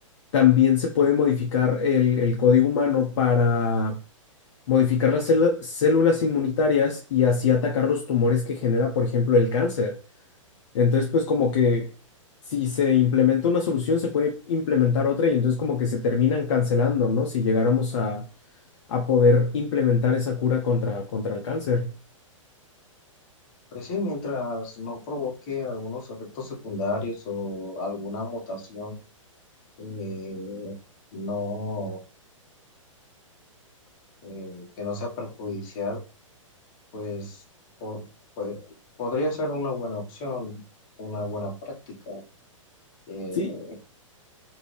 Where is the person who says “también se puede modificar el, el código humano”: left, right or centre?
Left